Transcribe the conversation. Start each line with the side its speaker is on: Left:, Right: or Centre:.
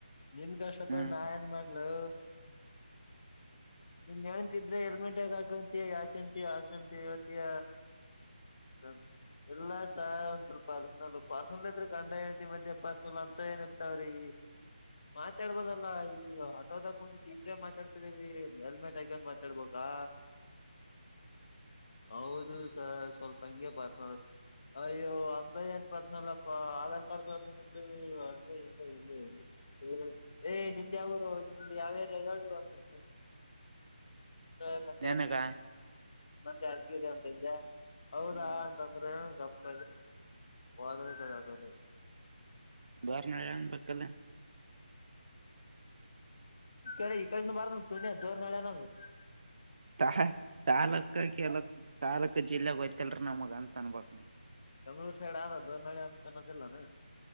Left: ನಿನ್ ಕಷ್ಟತ್
Right: ಹ್ಮ್
Left: ನಾ ಏನ್ ಮಾಡ್ಲು
Right: <inaudible>
Left: ಇನ್ ಯಾವಂತಿದ್ರೆ ಹೆಲ್ಮೆಟ್ ಯಗ ಹಕಂತ ಯಾಕಂತ ಯ ಚಂತ ಇವತ್ತಿಯ ಹ ಎಲ್ಲ ಸ ಒಂದ್ ಸ್ವಲ್ಪ ಪರ್ಸನ ಪಾರ್ಲ್ಲ ಇದ್ರೆ ಗಂಡ ಮಧ್ಯೆ ಮಧ್ಯೆ ಪರ್ಸನಲ್ ಅಂತ ಏನಿರ್ತಾವ್ರೀ ಮಾತಾಡ್ಬೋದಲ್ಲ ಈಗ ಆಟೋದಕ ಒಂದ ಇಬ್ರೇ ಮಾತಾಡ್ತಿದೀ ಹೆಲ್ಮೆಟ್ ಹಾಕ್ ಮಾತಾಡ್ಬ ಹಾ
Right: <inaudible>
Left: ಹೌದು ಸ ಸ್ವಲ್ಪ ಹಂಗೆ ಬತ ನಡ ಅಯ್ಯೋ ಅಂತಏನ್ ಪರ್ಸನಲ್ಲಪ್ಪಾರ್ ಮಾಡ್ತತ ನಿ ಅಇಲ್ಲ ಇಲ್ಲ ಇ ಏ ನಿಂದ ಯಾವರು ನಿ ಯಾವ್ಯಾರ ಡು
Right: <inaudible>
Left: ಸ ಹ
Right: ನನಗ
Left: ನಂದ ಅರ್ಕಿದೆ ಅಂತಜೆ ಹೌದಾ
Right: ಹ್ಮ್
Left: ಅಂತಂದ್ರೆ ಕಪ್ಪ ವಾದನ ಚರ ಆಟ ಅದು
Right: ಧಾರಣ ಎಳನ್ ಪಕ್ಕಲ್ಲ
Left: ಕಳ ಇ ಕಳ ನ ಬಾರ ನ ತು ದೋರ ನಳಿಯ ನ
Right: ತಾ ತಾಲೂಕ ಕೆಲಕ್ ತಾಲೂಕ್ ಜಿಲ್ಲೆಗ ಹಯ್ತಲ್ರ ನಮಗ ಅಂತ ಅನ್ಬಕ್ನ
Left: ಬೆಂಗ್ಳೂರು ಸೈಡ್ ಆದ ದೋನಳಿ ಅಂತನದೆಲ್ಲಾನ